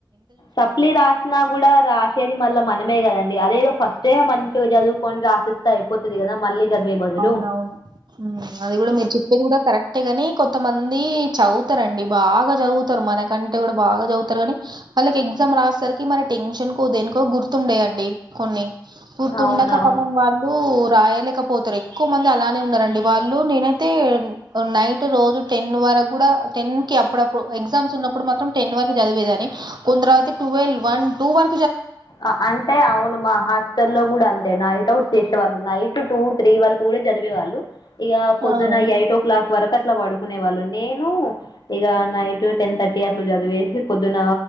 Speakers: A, on the left; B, on the right.
A: సప్లీ రాసిన గూడ రాసేది మళ్ళా మనమే గదండి అదేదో. ఫస్టే అ మంచిగా జదువుకొని రాపిస్తే అయిపోతది గదా మళ్ళీ. చదివే బదులు
B: అవునవును, మ్ అది కూడా మీరు చెప్పేది కూడా కరెక్టే గని కొత్తమంది చవు. త రండి బాగా జదువుతరు మనకంటే కూడా బాగా జదువుతరు గనీ వాళ్ళకి ఎగ్జామ్ రాసరికి మరి టెన్షన్. నికు దేనికో గుర్. గుర్తుండయండి, కొన్ని గుర్తుండక
A: అవునవును
B: పాపం వాళ్ళు రాయలేకపోతరు ఏక్. కొందరు అలానే ఉన్నారండి వాళ్ళు నేనైతే, ఓ నైట్ రోజు టెన్ను వరకు గూడా టెన్ కి అప్. అప్పుడప్పుడు ఎగ్జామ్స్ ఉన్నప్పుడు మాత్రం టెన్ వరకు జదివేదని కొందరు అయితే టువెల్ వన్ టూ వర.
A: అ అంటే అవును మా హాస్టల్లో గుడ అంతే నైటట్వు. చేసేవాళ్ళు నైట్ టూ త్రీ వరకు కూడా చదివేవాళ్ళు ఇక పొద్దున
B: ఆ
A: ఎయిట్ ఓ క్లాక్ వరకట్లా పడుకునే వాళ్ళు నేను ఇక నైట్ టెన్ థర్టీ అట్లా చదివేసి పొద్దున